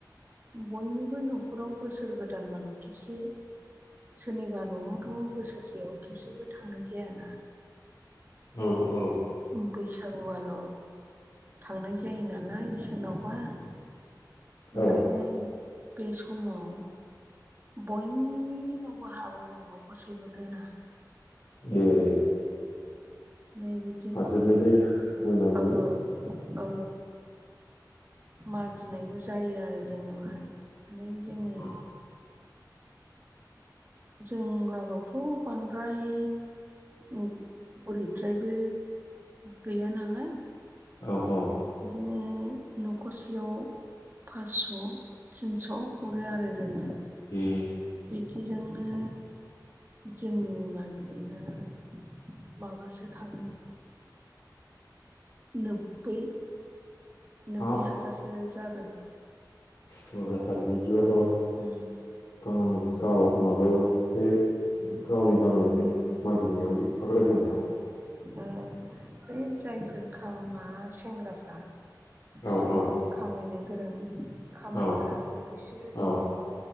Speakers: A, on the right (about 30°); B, on the left (about 70°).
A: बयनिबो न'खराव बोसोर गोदानबाल' खेबसे सोरनिबा न'आवथ' बोसोरसेयाव खेबसेबो थांनाय जायाना।
B: औ औ
A: ओम बैसागुआल' थांनाय जायो नालाय सोरनाव <unintelligible>
B: औ
A: ओंखायनो बे समाव बयनावबो हाबो जों न'खरसेबो दोना।
B: ए
A: नै बि
B: हाबजोबनाय जायो बयनावबो
A: औ औ मागिनायबो जायो आरो जोंङो बेहाय। फ्राय जोंङो
B: <inaudible>
A: जों लागावथ बांद्राय उ गरिबद्रायबो गैया नालाय
B: औ औ
A: बिदिनो नखरसेयाव फासस थिनस हरो आरो जोंनो।
B: ए
A: बिदिजोंनो जोंनि मागिनाया माबासो थाङो नोब्बै
B: हाब
A: हाजारसो जादों।
B: बुरजाथार बिदिबाथ
A: उ
B: बामि गाव माबायाव बे गावनि गामियावनो मागिनायाव एफाग्राब जानाया
A: ओ बे जायफोर खा सेंग्राफ्रा
B: औ
A: जायफोर
B: औ
A: खामायनो गोरों खामायग्रा
B: औ
A: बिसोरो
B: औ